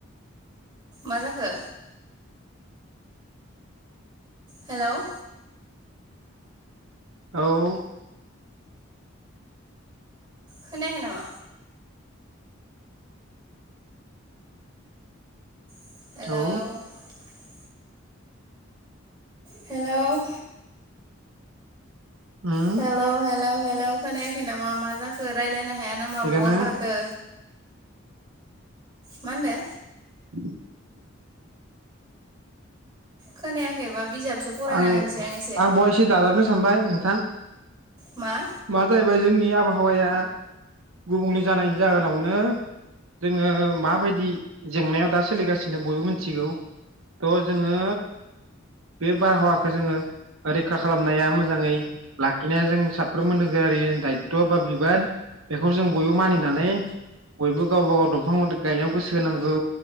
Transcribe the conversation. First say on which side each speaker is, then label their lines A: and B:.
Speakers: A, on the right (about 20°); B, on the right (about 85°).
A: मा जाखो? हेल'
B: औ
A: खोनायाखै नामा? हेल'
B: औ
A: हेल'
B: उम
A: हेल' हेल' हे ल' खोनायाखै नामा मा जाखो रायलाय नो हाया नामा
B: थिगानो
A: बहा खारखो? मा होनदो?
B: <inaudible>
A: खोनायाखैबा बिजाबसो फरायना
B: आं
A: होनसै एसे
B: आंबे एसे दाजाबनो सानबाय नोंथां।
A: मा?
B: मा जाहैबाय जोंनि आबहावाया गुबुंले जानायनि जाहोनावनो जोङो माबायदि जेंनायाव दा सोलिगासिनो बयबो मिथिगौ थ' जोङो बे बारहावाखौ जोङो रैखा खालामनाया मोजाङै लाखिनाया जों सा फ्रोमबो नोगोरारिनि दायथ' बा बिबान बेखौ जों बयबो मानिनानै बयबो गावबा गाव दंफां गायनायाव गोसो होनांगौ